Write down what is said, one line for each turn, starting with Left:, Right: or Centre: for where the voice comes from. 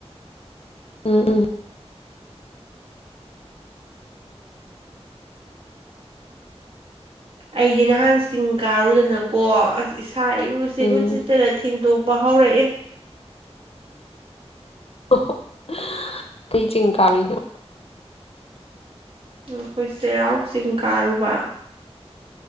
Left: ꯎꯝ ꯎꯝ
Right: ꯑꯩꯗꯤ ꯅꯍꯥꯟ ꯆꯤꯡ ꯀꯥꯔꯨꯗꯅꯀꯣ ꯑꯁ ꯏꯁꯥ ꯏꯔꯨꯁꯦ
Left: ꯎꯝ
Right: ꯍꯧꯖꯤꯛꯇꯅ ꯊꯦꯡꯗꯣꯛꯄ ꯍꯧꯔꯛꯌꯦ
Left: ꯍ ꯍꯣ <unintelligible> ꯀꯩ ꯆꯤꯡ ꯀꯥꯔꯨꯢꯅꯣ
Right: ꯑꯩꯈꯣꯏ ꯆꯩꯔꯥꯎ ꯆꯤꯡ ꯀꯥꯔꯨꯕ